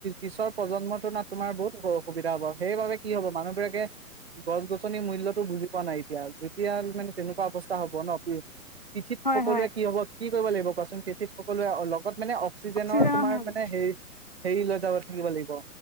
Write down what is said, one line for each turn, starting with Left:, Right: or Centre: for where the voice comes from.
Right: পিছৰ প্ৰজন্ম তোমাৰতোন, আপোনাৰ বহুত অসুবিধা হ'ব। সেইবাবে কি হ'ব, মানুহবিলাকে গছ-গছনিৰ মূল্যটো বুজি পোৱা নাই। এতিয়া যেতিয়া, মানে, তেনেকুৱা অৱস্থা হ'ব ন', ফিউ পৃথিৱীত
Left: হয়
Right: সকলোৱে
Left: হয়
Right: কি হ'ব, কি কৰিব লাগিব, কোৱাচোন। পৃথিৱীত সক সকলোৱে অলপ <unintelligible> মানে, অক্সিজেনৰ,
Left: অক্সিজেনৰ
Right: তোমাৰ, মানে, হেৰি-হেৰি লৈ যাব থাকিব লাগিব।